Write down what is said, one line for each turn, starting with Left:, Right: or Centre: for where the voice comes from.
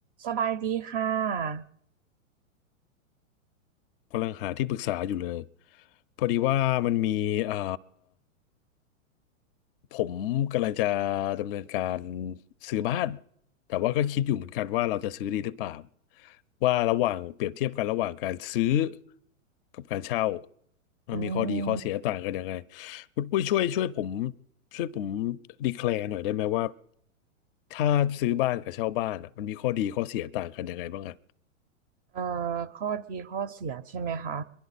Right: สบายดีค่ะ
Left: กำลังหาที่ปรึกษาอยู่เลยพอดีว่ามันมีเอ่อผมกำลังจะดำเนินการซื้อบ้านแต่ว่าก็คิดอยู่เหมือนกันว่าเราจะซื้อดีหรือเปล่าว่าระหว่างเปรียบเทียบกันระหว่างการซื้อกับการเช่ามันมีข้อดีข้อเสียต่างกันยังไง
Right: อืม
Left: คุณอุ้ยช่วยช่วยผมช่วยผมดีแคลร์หน่อยได้ไหมว่าถ้าซื้อบ้านกับเช่าบ้านอ่ะมันมีข้อดีข้อเสียต่างกันยังไงบ้างอะ
Right: เอ่อข้อดีข้อเสียใช่ไหมคะ